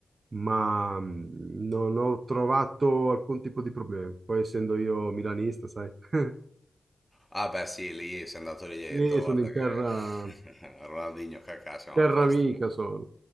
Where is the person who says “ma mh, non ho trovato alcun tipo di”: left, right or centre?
Right